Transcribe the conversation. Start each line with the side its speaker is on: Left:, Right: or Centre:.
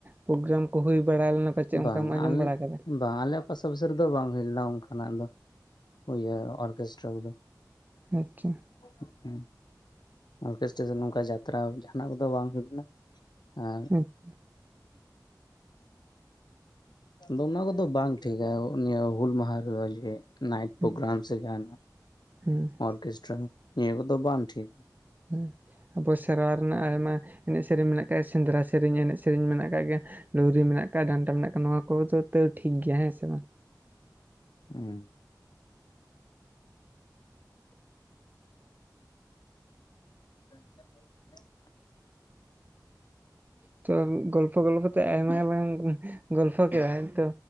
Right: ᱯᱨᱳᱜᱨᱟᱢ ᱠᱚ ᱦᱩᱭ ᱵᱟᱲᱟ ᱞᱮᱱᱟ᱾ ᱯᱟᱪᱮᱫ ᱚᱱᱠᱟᱢ
Left: ᱵᱟᱝ
Right: ᱟᱸᱡᱚᱢ
Left: ᱟᱞ
Right: ᱵᱟᱲᱟ ᱠᱟᱫᱟ
Left: ᱵᱟᱝ ᱟᱞᱮ ᱯᱟᱥᱟ ᱯᱟᱥᱤ ᱨᱮᱫᱚ ᱵᱟᱝ ᱦᱩᱭ ᱞᱮᱱᱟ ᱚᱱᱠᱟᱱᱟᱜ ᱫᱚ ᱤᱭᱟᱹ ᱚᱨᱠᱮᱥᱴᱨᱟ ᱠᱚᱫᱚ
Right: ᱟᱪᱪᱷᱟ
Left: <unintelligible> ᱦᱮᱸ ᱚᱨᱠᱮᱥᱴᱨᱟ ᱥᱮ ᱱᱚᱝᱠᱟ ᱡᱟᱛᱨᱟ ᱡᱟᱦᱟᱸᱱᱟᱜ ᱠᱚᱫᱚ ᱵᱟᱝ ᱦᱩᱭ ᱞᱮᱱᱟ ᱮᱸ
Right: <unintelligible>
Left: ᱟᱫᱚ ᱚᱱᱟ ᱠᱚᱫᱚ ᱵᱟᱝ ᱴᱷᱤᱠᱟ ᱱᱤᱭᱟᱹ ᱦᱩᱞ ᱢᱟᱦᱟ ᱨᱮᱫᱚ ᱡᱮᱦ ᱱᱟᱭᱤᱴ
Right: ᱦᱮᱸ
Left: ᱯᱨᱳᱜᱨᱟᱢ ᱥᱮ ᱡᱟᱦᱟᱱᱟᱜ
Right: ᱦᱮᱸ
Left: ᱚᱨᱠᱮᱥᱴᱨᱟ ᱱᱤᱭᱟᱹ ᱠᱚᱫᱚ ᱵᱟᱝ ᱴᱷᱤᱠ
Right: ᱦᱩᱸ ᱟᱵᱚ ᱥᱮᱨᱣᱟ ᱨᱮᱱᱟᱜ ᱟᱭᱢᱟ ᱮᱱᱮᱡ ᱥᱮᱨᱮᱧ ᱢᱮᱱᱟᱜ ᱟᱠᱟᱫ ᱜᱮ ᱥᱮᱸᱫᱽᱨᱟ ᱥᱮᱨᱮᱧ ᱮᱱᱮᱡ ᱥᱮᱨᱮᱧ ᱢᱮᱱᱟᱜ ᱠᱟᱫ ᱜᱮ ᱰᱩᱝᱨᱤ ᱢᱮᱱᱟᱜ ᱟᱠᱟᱫ ᱰᱟᱱᱴᱟ ᱢᱮᱱᱟᱜ ᱟᱠᱟᱫ ᱱᱚᱣᱟ ᱠᱚ ᱫᱚ ᱛᱟ. ᱣ ᱴᱷᱤᱠ ᱜᱮᱭᱟ ᱦᱮᱸ ᱥᱮ ᱵᱟᱝ
Left: ᱦᱩᱸ <inaudible>
Right: ᱛᱚ ᱜᱚᱞᱯᱷᱚ ᱜᱚᱞᱯᱷᱚ ᱛᱮ ᱟᱭᱢᱟ ᱞᱟᱝ ᱜᱚᱞᱯᱷᱚ ᱠᱮᱫ ᱟ ᱛᱚ